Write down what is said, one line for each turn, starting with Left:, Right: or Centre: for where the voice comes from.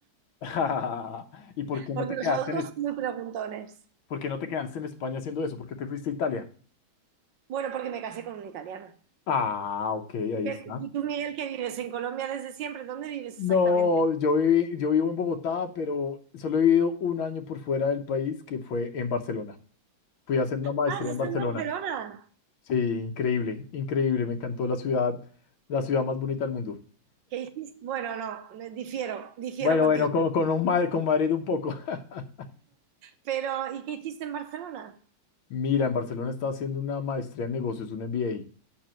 Left: <laughs> ¿Y por qué no
Right: porque
Left: te
Right: los
Left: quedaste
Right: adultos
Left: en, Es-
Right: son muy preguntones.
Left: por qué no te quedaste en España haciendo eso? ¿Por qué te fuiste a Italia?
Right: Bueno, porque me casé con un italiano.
Left: Ah, ok, ahí
Right: ¿Qué-
Left: está.
Right: ¿Y tú, Miguel, que vives en Colombia desde siempre? ¿Dónde vives
Left: No,
Right: exactamente?
Left: yo viví- yo vivo en Bogotá, pero solo he vivido un año por fuera del país, que fue en Barcelona. Fui a hacer una maestría
Right: Ah, ¿estás
Left: en Barcelona.
Right: en Barcelona.
Left: Sí, increíble, increíble. Me encantó la ciudad, la ciudad más bonita del mundo.
Right: ¿Qué hiciste? Bueno, no, me- difiero, difiero
Left: Bueno,
Right: contigo.
Left: bueno, con, con, un Madrid, con Madrid un poco. <laughs>
Right: Pero, ¿y qué hiciste en Barcelona?
Left: Mira, en Barcelona estaba haciendo una maestría en negocios, un MBA.